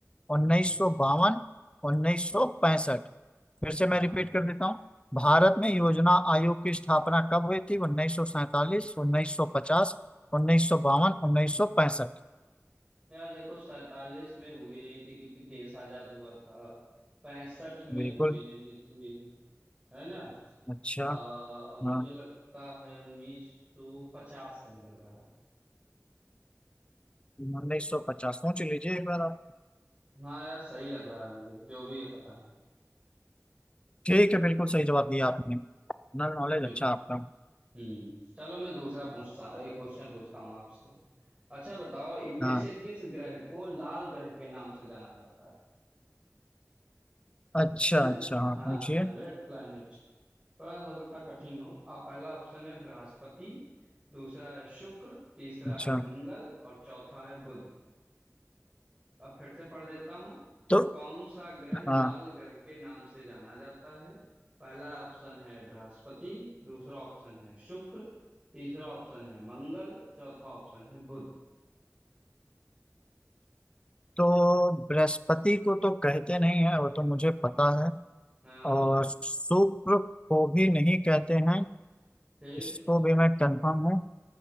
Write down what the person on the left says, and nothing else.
1952
1965 फिर से
मैं रिपीट
कर देता हूँ भारत में योजना आयोग की स्थापना कब हुई थी 1947 1950 1952 1965
बिल्कुल
अच्छा
हाँ
उन्नीस सौ पचास सोच लीजिए एक बार आप
ठीक है बिल्कुल सही जवाब दिया आपने जनरल नॉलेज
अच्छा
आपका
हाँ
अच्छा
अच्छा हाँ
पूछिए
अच्छा
तो
हाँ
तो बृहस्पति को तो कहते नहीं है वो तो मुझे पता है
और शुक्र को भी नहीं कहते हैं
इसको भी मैं कंफर्म हूँ